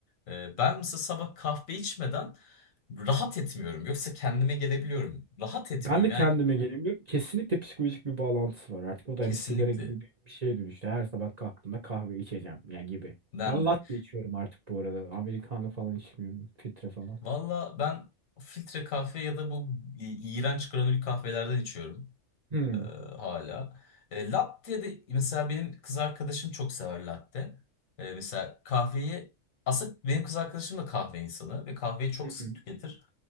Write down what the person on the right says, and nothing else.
Ben de
kendime gelemiyorum. Kesinlikle psikolojik bir bağlantısı var. Artık o da
hani sigara gibi bir bir şeye dönüştü. Her sabah kalktığımda kahve içeceğim ya gibi.
Ben latte içiyorum artık bu arada. Americano falan içmiyorum. Filtre falan.
Hmm.
Hı hı.